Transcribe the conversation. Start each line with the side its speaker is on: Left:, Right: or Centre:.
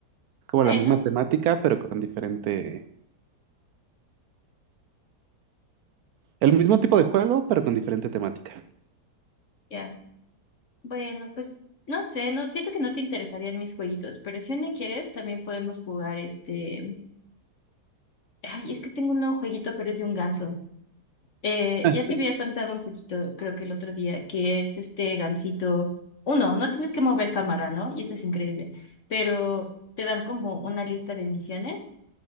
Right: Como
Left: Bueno,
Right: la misma temática, pero con diferente... El mismo tipo de juego, pero con diferente temática.
Left: ya. Bueno, pues no sé, no siento que no te interesarían mis jueguitos, pero si un día quieres, también podemos jugar este... Ay, es que tengo un nuevo jueguito, pero es de un ganso. Eh,
Right: <laughs>
Left: ya te había contado un poquito, creo que el otro día, que es este gansito. Uno, no tienes que mover cámara, ¿no? Y eso es increíble. Pero te dan como una lista de misiones